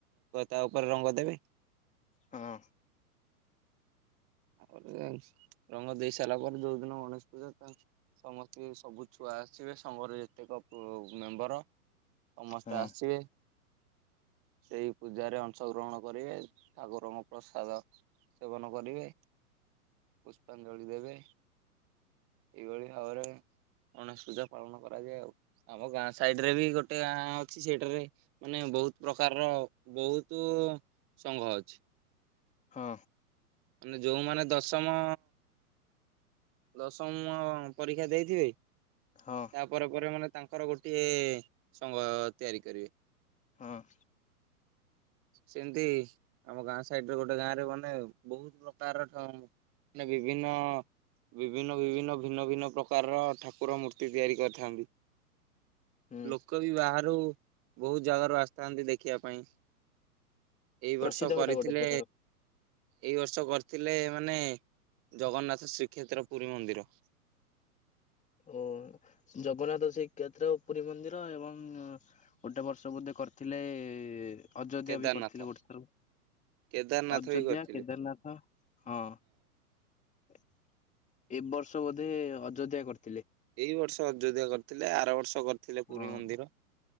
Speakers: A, on the right; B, on the left.
A: ତା ଉପରେ ରଙ୍ଗ ଦେବେ।
B: ହଁ ହଁ
A: ତାପରେ ରଙ୍ଗ ଦେଇ ସାରିଲା ପରେ ଯୋଉ <unintelligible> <unintelligible> ସମସ୍ତେ ଯଦି ସବୁ ଛୁଆ ଆସିବେ ସମଘର ଯେତେକ ମେମ୍ବର ସମସ୍ତେ
B: ହଁ
A: ଆସିବେ। ସେଇ ପୂଜାରେରେ ଅଂଶଗ୍ରହଣ କରିବେ। ଠାକୁରଙ୍କ ପ୍ରସାଦ ସେବନ କରିବେ। ପୁଷ୍ପାଞ୍ଜଳି ଦେବେ। ଏଇଭଳି ଭାବରେ ଗଣେଶ ପୂଜା ପାଳନ କରାଯାଏ ଆଉ। ଆମ ଗାଁ ସାଇଡ ରେ ବି ଗୋଟେ ଗାଁ ଅଛି ସେଇଠାରେ ମାନେ ବହୁତ ପ୍ରକାରର ବହୁତ ସଂଘ ଅ ଛି।
B: ହଁ।
A: ମାନେ ଯୋଉମାନେ ଦଶମ ଦଶମ ପରୀକ୍ଷା ଦେଇଥିବେ। ତା
B: ହଁ
A: ପରେ ପରେ ମାନେ ତାଙ୍କର ଗୋଟିଏ ସଂଘ ତିଆରି କରିବେ।
B: ହଁ।
A: ସେମିତି ଆମ ଗାଁ ସାଇଡରେ ଗୋଟେ ଗାଁ ରେ ମାନେ ଆଉ। ବହୁତ ପ୍ରକାରର ଠ ମାନେ ବିଭିନ୍ନ ବିଭିନ୍ନ ବିଭିନ୍ନ ଭିନ୍ନ ଭିନ୍ନ ପ୍ରକାରର ଠାକୁର ମୂର୍ତ୍ତି ତିଆରି କରିଥାନ୍ତି।
B: ହୁଁ
A: ଲୋକ ବି ବାହାରୁ ବହୁତ ଜାଗାରୁ ଆସିଥାନ୍ତି ଦେଖିବା ପାଇଁ। ଏଇ ବର୍ଷ
B: ପ୍ରସିଦ୍ଧ
A: କରିଥିଲେ
B: ଏଟା ଗୋଟେ ପ୍ରକାର।
A: ଏଇ ବର୍ଷ କରିଥିଲେ ମାନେ ଜଗନ୍ନାଥ ଶ୍ରୀକ୍ଷେତ୍ର ପୁରୀ ମନ୍ଦିର।
B: ଓ ଜଗନ୍ନାଥ ସେ ଶ୍ରେଖେତ୍ର ପୁରୀ ମନ୍ଦିର ଏବଂ ଗୋଟେ ବର୍ଷ ବୋଧେ କରିଥିଲେ ଅଯୋଧ୍ୟା
A: କେଦାରନାଥ
B: ବି କରିଥିଲେ ଗୋଟେ ଥର,
A: କେଦାରନାଥ
B: ଅଯୋଧ୍ୟା,
A: ବି କରିଥିଲେ
B: କେଦାରନାଥ ହଁ। ଏ ବର୍ଷ ବୋଧେ ଅଯୋଧ୍ୟା କରି
A: ଏଇ ବର୍ଷ ଅଯୋଧ୍ୟା କରିଥିଲେ ଆର ବର୍ଷ କରିଥିଲେ ପୁରୀ
B: ହଁ
A: ମନ୍ଦିର